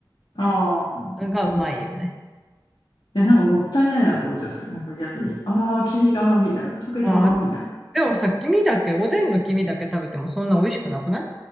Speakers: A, on the left; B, in the centre.
A: ああ。
B: がうまいよね。
A: いや、なんかもったいないなと思っちゃう、それ。なんか逆に。ああ、黄身が、みたいな。溶けた、
B: ああ、
A: みたいな。
B: でもさ、黄身だけ、おでんの黄身だけ食べてもそんな美味しくなくない